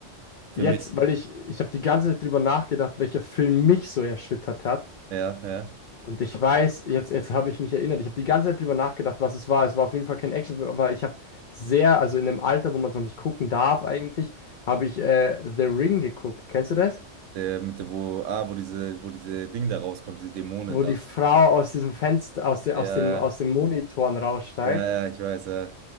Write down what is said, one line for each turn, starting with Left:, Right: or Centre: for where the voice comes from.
Right: für
Left: jetzt,
Right: mich.
Left: weil ich, ich habe die ganze Zeit drüber nachgedacht, welcher Film mich so erschüttert hat.
Right: Ja, ja.
Left: Und ich weiß, jetzt, jetzt habe ich mich erinnert, ich habe die ganze Zeit drüber nachgedacht, was es war. Es war auf jeden Fall kein Actionfilm, aber ich habe sehr, also in einem Alter, wo man es noch nicht gucken darf eigentlich, habe ich äh, The Ring geguckt. Kennst du das?
Right: Der mit der, wo, ah, wo diese, wo diese Ding da rauskommt, diese Dämonen
Left: Wo
Right: aus
Left: die Frau
Right: dem.
Left: aus diesem Fenster, aus, der,
Right: Ja,
Left: aus dem,
Right: ja,
Left: aus dem Monitoren raussteigt.
Right: ja, ja, ich weiß, ja.